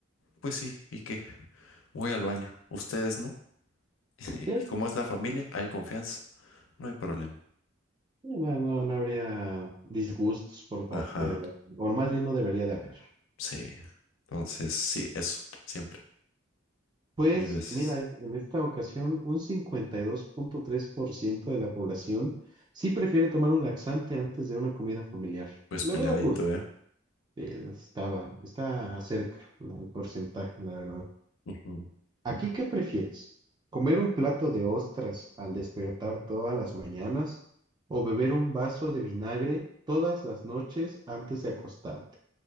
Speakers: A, on the left; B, on the right.
A: pues sí, ¿y qué? Voy al baño. ¿Ustedes no? ¿Y
B: ¿cierto?
A: y cómo es la familia? Hay confianza, no hay problema.
B: No, no, no habría disgustos por parte
A: Ajá,
B: de la... O más bien no debería de haber.
A: sí. Entonces, sí, eso, siempre,
B: Pues
A: mil veces.
B: mira, e, en esta ocasión un cincuenta y dos punto tres por ciento de la población sí prefiere tomar un laxante antes de una comida familiar.
A: Pues
B: Lo
A: peleadito,
B: veo justo.
A: ¿eh?
B: Eh, Estaba, está cerca el porcentaje, la verdad.
A: Ujú.
B: ¿Aquí qué prefieres? ¿Comer un plato de ostras al despertar todas las mañanas o beber un vaso de vinagre todas las noches antes de acostarte?